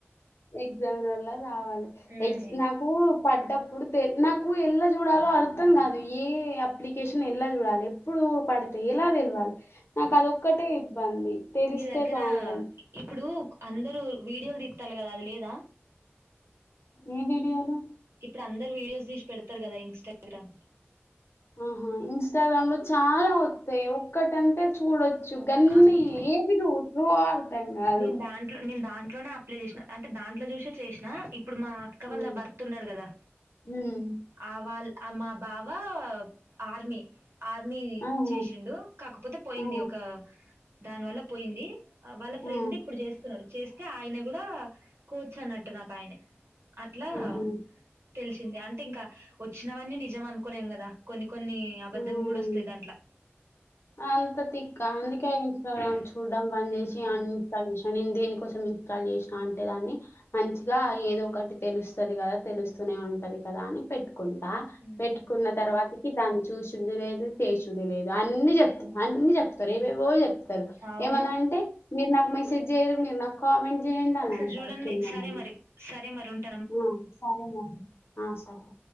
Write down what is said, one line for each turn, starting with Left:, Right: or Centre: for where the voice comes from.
Left: ఎగ్జామ్ వల్లా రావాలి
Right: ఉమ్
Left: ఎ నాకు ప అప్పుడు తె నాకు ఎలా చూడాలో అర్థం కాదు ఏ అప్లికేషన్ ఎలా చూడాలి ఎప్పుడు పడితే ఎలా తెలవాలి నాకు అది ఒక్కటే పాంధి పిలిస్తే
Right: నీ దగ్గర
Left: బాగుండాల
Right: ఇప్పుడు అందరూ వీడియోలు తిట్టాలి కదా అది లేదా
Left: ఏం బడివరు
Right: ఇప్పుడు అందరు వీడియోస్ తీసి పెడతారు కదా ఇన్స్టాగ్రామ్
Left: ఆహా ఇన్స్టాగ్రామ్ లో చాలా వస్తాయి ఒక్కటంటే చూడొచ్చు చగన్ని
Right: అవి
Left: ఏ విధ చూ తెంగాారు
Right: నేను దాంట్లో నేను దాంట్లోనే అప్లై చేసినా అంటే దాంట్లో చూసే చేసినా ఇప్పుడు మా అక్క
Left: హ్మ్.
Right: వల్ళ భర్తున్నారు కదా
Left: హ్మ్.
Right: ఆ వాళ అమ్ మా బావా ఆర్మి ఆర్మీ
Left: అవును.
Right: చేసిండు కాకపోతే పోయింది
Left: ఆ!
Right: ఒక దాని వల్ల పోయింది వాళ్ళ ఫ్రెండ్
Left: ఆ!
Right: ఇప్పుడు చేస్తున్నాడు చేస్తే ఆయన కూడా కోచు అన్నట్టు నాకు ఆయనే అట్లా
Left: ఆహా!
Right: తెలిసింది అంటే ఇంకా వచ్చినవని నిజం అనుకోలేం కదా కొన్ని కొన్ని అబద్ధం
Left: హ్మ్.
Right: కూడా వస్తాయి దాంట్లో
Left: అంత తిక్క అందుక ఇన్స్టాగ్రా చూడ్డం బంద్ చేసి
Right: ఉమ్,
Left: అని తగసాను నేను దేనికోసం చేసిన అంటే దాన్ని మంచిగా ఏదో ఒకటి తెలుస్తుంది కదా తెలుస్తూనే ఉంటది కదా అని పెట్టు పెటుకుంటా
Right: ఉమ్,
Left: పెట్టుకున్న తర్వాతకి దాన్ని చూసింది లేదు చేసి దు అన్ని చె మన్న చెప్పత రేచెత
Right: అవును
Left: ఏమనా అంటే మీరు నాకు మై జ మీర్ కామెంట్ చేయండి అని
Right: ఒకసారి
Left: అంటారు
Right: చూడండి
Left: కింద
Right: సరే
Left: మళ్ళ
Right: మరి సరే మరి ఉంటు
Left: ఆ సరే మేడం ఆ సరే